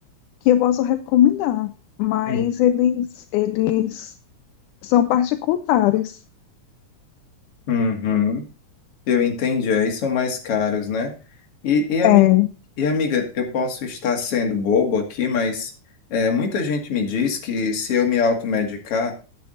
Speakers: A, on the left; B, on the left.
A: que eu posso recomendar, mas
B: Hum.
A: eles, eles são particulares.
B: Uhum. Eu entendi, aí são mais caros, né? E, e, ami-
A: É,
B: e, amiga, eu posso estar sendo bobo aqui, mas é, muita gente me diz que se eu me automedicar